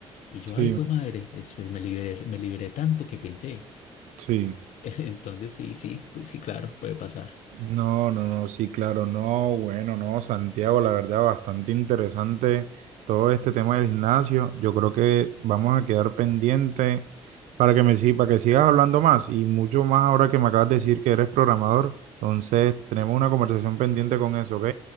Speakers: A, on the left; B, on the right.
A: Y yo,
B: sí,
A: ay, pues madre, después me liberé, me liberé tanto que pensé.
B: sí.
A: <laughs> Entonces, sí, sí, pues sí, claro, puede pasar.
B: No, no, no, sí, claro, no, bueno, no, Santiago, la verdad, bastante interesante todo este tema del gimnasio. Yo creo que vamos a quedar pendiente para que me sigas, para que sigas hablando más y mucho más ahora que me acabas de decir que eres programador. Entonces, tenemos una conversación pendiente con eso, ¿ok?